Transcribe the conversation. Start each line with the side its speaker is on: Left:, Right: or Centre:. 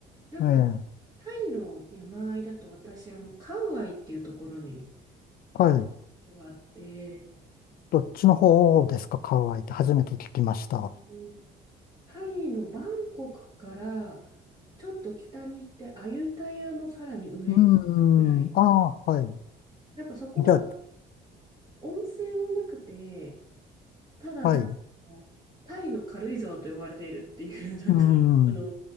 Right: なんか、
Left: ええ。
Right: タイの山あいだと私、あの、カウアイっていうところに、こ
Left: はい。
Right: とがあって、
Left: どっちの方ですか、ハワイって初めて聞きました。
Right: うんタイのバンコクからちょっと北に行ってアユタヤのさらに上
Left: うーん。
Right: ぐらい。
Left: ああ、はい。
Right: なんかそこは
Left: じゃあ、
Right: 温泉はなくて、ただ、
Left: はい。
Right: なんか、
Left: う
Right: タイの軽井沢と呼ばれているっていう、なんか、
Left: ーん。
Right: あの、